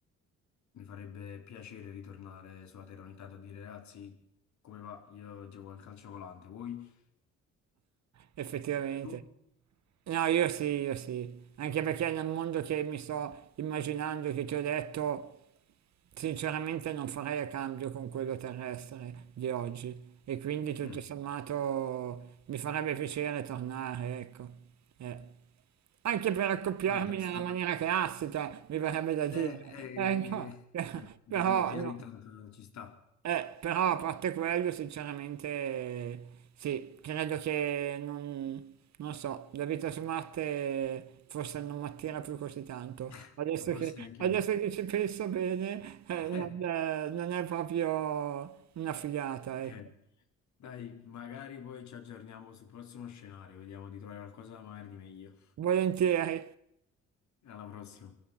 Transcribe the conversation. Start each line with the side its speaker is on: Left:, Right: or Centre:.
Left: Mi farebbe piacere ritornare sulla terra ogni tanto a dire, ragazzi, come va? Io gioco al calcio volante, voi?
Right: Effettivamente.
Left: Tu?
Right: No, io sì, io sì. Anche perché nel mondo che mi sto immaginando, che ti ho detto, sinceramente non farei a cambio con quello terrestre di oggi. E quindi tutto
Left: Mm.
Right: sommato mi farebbe piacere tornare, ecco. Eh. Anche per accoppiarmi
Left: Guarda, è stato-
Right: nella maniera classica, mi verrebbe da
Left: eh,
Right: dire.
Left: eh,
Right: Eh, no,
Left: eh,
Right: <laughs>
Left: direi
Right: però,
Left: che
Right: no.
Left: ogni tanto ci sta,
Right: Eh, però a parte quello, sinceramente, sì, credo che non, non so, la vita su Marte forse non mi attira più così tanto.
Left: <laughs>
Right: Adesso
Left: ma forse
Right: che,
Left: neanche
Right: adesso
Left: a me.
Right: che ci penso bene, eh,
Left: <laughs>
Right: non, è non è proprio una figata, ecco.
Left: Eh, eh. Dai, magari poi ci aggiorniamo sul prossimo scenario, vediamo di trovare qualcosa magari di meglio.
Right: Volentieri.
Left: Alla prossima.